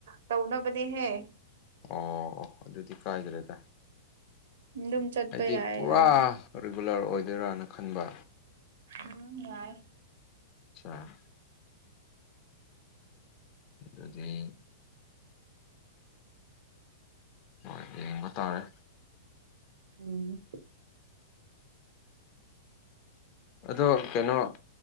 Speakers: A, on the right; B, on the left.
A: ꯇꯧꯅꯕꯅꯦꯍꯦ
B: ꯑꯣ ꯑꯣ ꯑꯗꯨꯗꯤ ꯀꯥꯏꯗ꯭ꯔꯦꯗ
A: ꯑꯗꯨꯝ ꯆꯠꯄ
B: ꯑꯩꯗꯤ
A: ꯌꯥꯏꯔ
B: ꯄꯨꯔꯥ ꯔꯤꯒꯨꯂꯔ ꯑꯣꯏꯗꯣꯏꯔꯅ ꯈꯟꯕ
A: ꯎꯝ ꯌꯥꯏ
B: ꯑꯆꯥ ꯑꯗꯨꯗꯤ ꯍꯣꯏ ꯌꯦꯡꯕ ꯇꯥꯔꯦ
A: ꯎꯝ
B: ꯑꯗꯣ ꯀꯩꯅꯣ